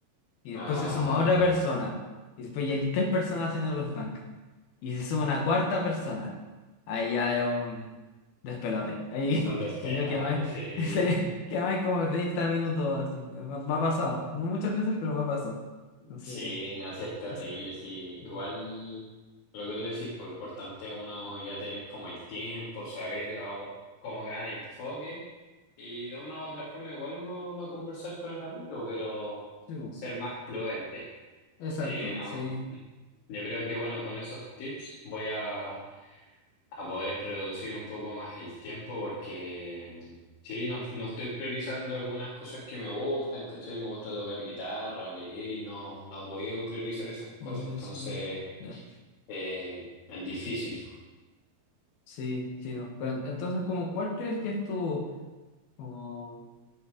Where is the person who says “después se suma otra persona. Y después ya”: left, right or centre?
Left